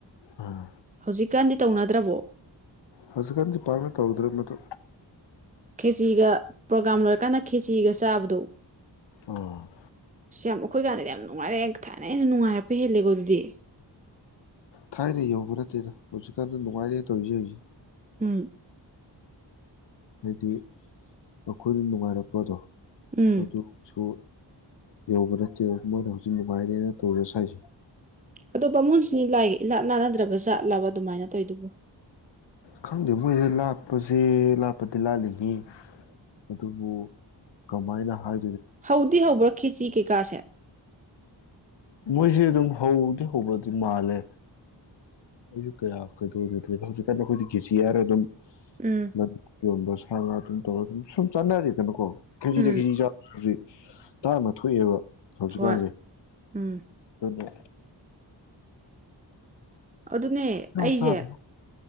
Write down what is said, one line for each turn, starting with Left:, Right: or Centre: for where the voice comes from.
Left: ꯑꯥ
Right: ꯍꯧꯖꯤꯛꯀꯥꯟꯗꯤ꯫ ꯇꯧꯅꯗ꯭ꯔꯕꯣ꯫
Left: ꯍꯧꯖꯤꯛꯀꯥꯟꯗꯤ ꯄꯥꯛꯅ ꯇꯧꯗ꯭ꯔꯦ ꯃꯗꯨ꯫
Right: ꯈꯦꯆꯤꯒ ꯄ꯭ꯔꯣꯒꯥꯝ ꯂꯣꯏꯔꯀꯥꯟꯗ ꯈꯦꯆꯤꯒ ꯆꯥꯕꯗꯣ꯫
Left: ꯎꯝ꯫
Right: ꯑꯁ ꯌꯥꯝ ꯑꯩꯈꯣꯏ ꯀꯥꯟꯗ ꯌꯥꯝ ꯅꯨꯡꯉꯥꯏꯔꯦ ꯊꯥꯏꯅ ꯍꯦꯟꯅ ꯅꯨꯡꯉꯥꯏꯔꯛꯄ ꯍꯦꯜꯂꯦꯀꯣ ꯑꯗꯨꯗꯤ
Left: ꯊꯥꯏꯅ ꯌꯧꯕ ꯅꯠꯇꯦꯗ꯫ ꯍꯧꯖꯤꯀꯥꯟꯗꯤ ꯅꯨꯡꯉꯥꯏꯔꯦ <unintelligible>
Right: <inaudible>
Left: ꯍꯥꯏꯗꯤ ꯑꯩꯈꯣꯏꯅ ꯅꯨꯡꯉꯥꯏꯔꯛꯄꯗꯣ꯫
Right: ꯎꯝ
Left: <unintelligible> ꯌꯧꯕ ꯅꯠꯇꯦ ꯃꯣꯏꯅ ꯍꯧꯖꯤꯛ ꯅꯨꯡꯉꯥꯏꯔꯦꯅ ꯇꯧꯖ ꯁꯥꯏꯁꯦ꯫
Right: ꯑꯗꯣ ꯕꯥꯃꯣꯟꯁꯤ ꯂꯥꯏ ꯏ ꯂꯥꯠꯅꯗ꯭ꯔꯕꯖꯥꯠꯂꯕ ꯑꯗꯨꯃꯥꯏꯅ ꯇꯧꯏꯗꯨꯕꯨ꯫
Left: ꯈꯪꯗꯦ ꯃꯣꯏꯁꯦ ꯂꯥꯠꯄꯁꯦ ꯂꯥꯠꯄꯗꯤ ꯂꯥꯠꯂꯤꯅꯤ ꯑꯗꯨꯕꯨ ꯀꯃꯥꯏꯅ ꯍꯥꯏ
Right: ꯍꯧꯗꯤ ꯍꯧꯕ꯭ꯔ ꯈꯦꯆꯤ ꯀꯩꯀꯥꯁꯦ꯫
Left: ꯃꯣꯏꯁꯦ ꯑꯗꯨꯝ ꯍꯗꯤ ꯍꯧꯕꯗꯤ ꯃꯥꯜꯂꯦ ꯑꯩꯁꯨ ꯀꯌꯥ ꯀꯩꯗꯧꯒꯤꯗ꯭ꯔꯦꯗ ꯍꯧꯖꯤꯛꯀꯥꯟ ꯑꯩꯈꯣꯏꯗꯤ ꯀꯦꯖꯤ ꯍꯥꯏꯔꯒ ꯑꯗꯨꯝ꯫
Right: ꯎꯝ
Left: ꯃ ꯌꯣꯟꯕꯁꯦ ꯁꯥꯉꯥ ꯑꯗꯨꯝ ꯇꯧꯔꯒ ꯑꯗꯨꯝ ꯁꯨꯝ ꯆꯥꯟꯅꯔꯤꯗꯅꯀꯣ ꯈꯦꯖꯤꯗ
Right: ꯎꯝ
Left: ꯈꯦꯖꯤ ꯆꯥ ꯍꯖꯤꯛ ꯇꯥꯡꯅ ꯊꯣꯛꯑꯦꯕ ꯍꯧꯖꯤꯀꯥꯟꯖꯦ
Right: ꯍꯣꯏ ꯎꯝ
Left: ꯗꯨꯅꯦ
Right: ꯑꯗꯨꯅꯦ ꯑꯩꯁꯦ
Left: ꯆꯥꯗ